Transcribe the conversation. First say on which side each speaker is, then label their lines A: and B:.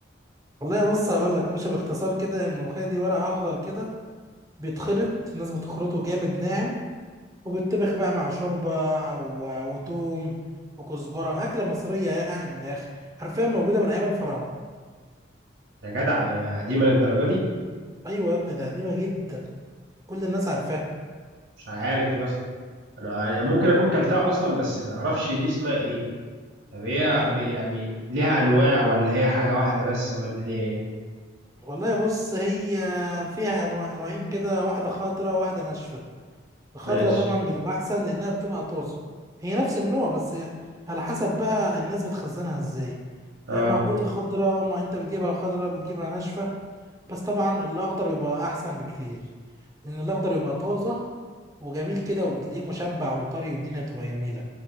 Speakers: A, on the right (about 20°); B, on the right (about 80°).
A: والله بص هقول لك يا باشا باختصار كده الملوخيه دي ورق اخضر كده بيتخرط الناس بتخرطه جامد ناعم وبيتطبخ بقى مع شوربه او وتوم وكزبره اكله مصريه يعني من الاخر حرفيا موجوده من ايام الفراعنه
B: يا جدع هي قديمة للدرجة دي
A: ايوه يا ابني ده قديمه جدا كل الناس عارفاها
B: مش عارف يا اسطى انا أنا ممكن اكون كلتها اصلا بس ما اعرفش دي اسمها ايه طب هي
A: امم
B: ب- يعني ليها انواع ولا هي حاجة واحدة بس ولا هي ايه
A: والله بص هي فيها انواع نوعين كده واحده خضراء واحده ناشفه الخضرة
B: ماشي
A: طبعا بتبقى احسن لانها بتبقى طازة هي نفس النوع بس هي على حسب بقى الناس بتخزنها ازاي
B: اه
A: هي موجودة خضرة ما انت بتجيبها خضرة بتجيبها ناشفة بس طبعا الاخضر بيبقى احسن بكتير لان الاخضر بيبقى طازة وجميل كده وبتلاقيه مشبع وطري والدنيا بتبقى جميلة